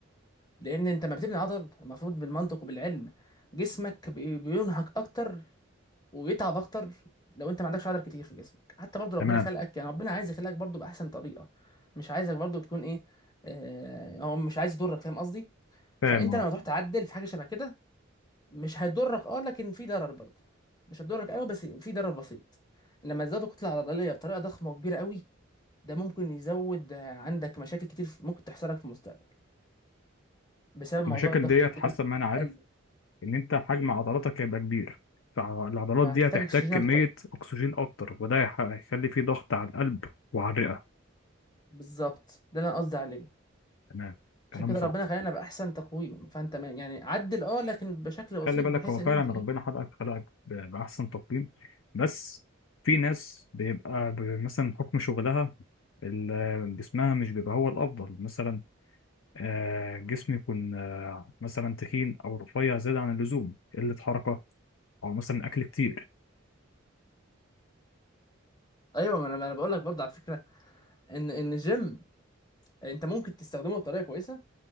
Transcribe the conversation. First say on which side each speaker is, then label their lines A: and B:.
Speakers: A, on the left (about 20°); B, on the left (about 70°).
A: لان انت ما بتبني عضل المفروض بالمنطق وبالعلم جسمك بي- بينهك اكتر ويتعب اكتر لو انت ما عندكش عضل كتير في جسمك حتى برضو ربنا
B: تمام
A: خلقك يعني ربنا عايز يخلقك برضو باحسن طريقه مش عايزك برضو تكون ايه آه هو مش عايز يضرك فاهم قصدي
B: فاهم
A: فانت
B: اه
A: لما تروح تعدل في حاجه شبه كده مش هيضرك اه لكن في ضرر برضه مش هتضرك قوي بس في ضرر بسيط لما تزودوا الكتله العضليه بطريقه ضخمه وكبيره قوي ده ممكن يزود آه، عندك مشاكل كتير في- ممكن تحصل لك في المستقبل بسبب موضوع
B: المشاكل
A: ضغط
B: ديت
A: الدم
B: حسب ما أنا عارف
A: والقلب
B: إن أنت حجم عضلاتك هيبقى كبير فالعضلات
A: فهتحتاج
B: دي هتحتاج
A: اكسجين
B: كمية
A: اكتر
B: أكسجين أكتر وده هيخلي فيه ضغط على القلب وعلى الرئة
A: بالظبط ده اللي انا قصدي عليه
B: تمام
A: عشان
B: كلام
A: كده
B: صح
A: ربنا خلينا باحسن تقويم فانت ما- يعني عدل اه لكن بشكل بسيط
B: خلي بالك
A: بحيث
B: هو فعلا
A: ان انت ايه
B: ربنا خلقك خلقك ب- بأحسن تقييم بس في ناس بيبقى ب- مثلا حكم شغلها ال- جسمها مش بيبقى هو الأفضل مثلا آه، جسم يكون آه، مثلا تخين أو رفيع زيادة عن اللزوم قلة حركة أو مثلا أكل كتير
A: ايوه ما انا ما انا بقول لك برضه على فكره ان ان الجيم انت ممكن تستخدمه بطريقه كويسه